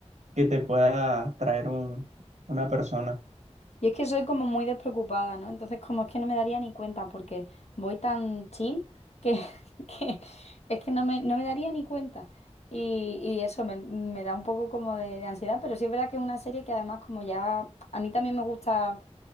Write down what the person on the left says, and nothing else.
y es que soy como muy despreocupada, ¿no? Entonces, como es que no me daría ni cuenta porque voy tan chill que, <laughs> que es que no me, no me daría ni cuenta. Y, y eso me, me da un poco como de, de ansiedad, pero sí es verdad que es una serie que además como ya, a mí también me gusta